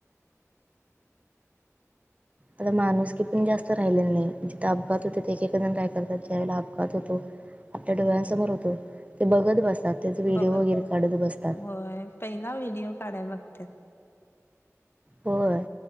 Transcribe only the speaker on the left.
हम्म
बघत
होय पहिला व्हिडिओ काढाय बघत्यात.